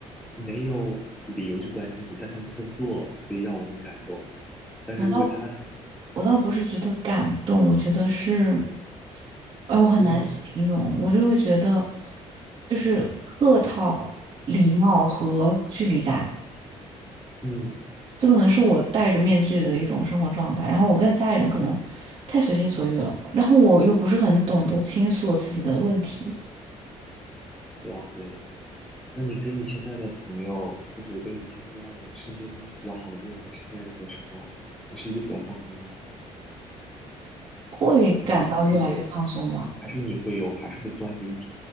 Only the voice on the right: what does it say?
我到我倒不是觉得感动，我觉得是，哎，我很难形容，
我就会觉得，就是客套、礼貌和距离感，
这可能是我戴着面具的一种生活状态。然后我跟家里人可能太随心所欲了，然后我又不是很懂得倾诉我自己的问题，
会感到越来越放松吧。